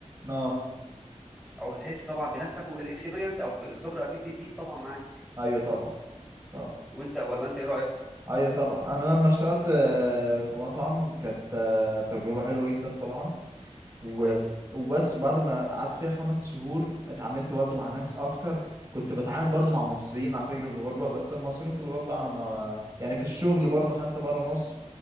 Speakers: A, on the right; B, in the centre.
A: اه
B: او بتحس طبعا بنفسك والاكسبيرينس او الخبره اكيد بتزيد طبعا معاك
A: ايوه طبعا طبعا
B: وانت ولا انت ايه رايك
A: ايوه طبعا انا لما اشتغلت آه، في مطعم كانت آه، تجربة حلوة جدا طبعا و...
B: كويس
A: وبس بعد ما قعدت فيها خمس شهور اتعاملت برضو مع ناس اكتر كنت بتعامل برضو مع مصريين على فكرة في الغربة بس المصريين في الغربة انا ما يعني في الشغل برضو حتى بره مصر